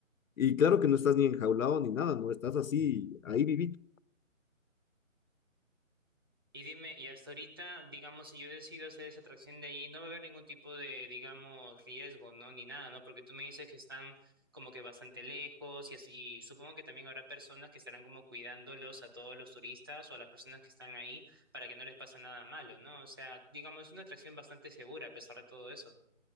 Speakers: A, on the left (about 75°); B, on the right (about 15°).
A: Y claro que no estás ni enjaulado ni nada, no estás así, ahí vivito.
B: Y dime, y hasta ahorita, digamos, si yo decido hacer esa atracción de ahí, no va a haber ningún tipo de, digamos, riesgo, ¿no? Ni nada, ¿no? Porque tú me dices que están como que bastante lejos y así, y supongo que también habrá personas que estarán como cuidándolos a todos los turistas o a las personas que están ahí para que no les pase nada malo, ¿no? O sea, digamos, es una atracción bastante segura a pesar de todo eso.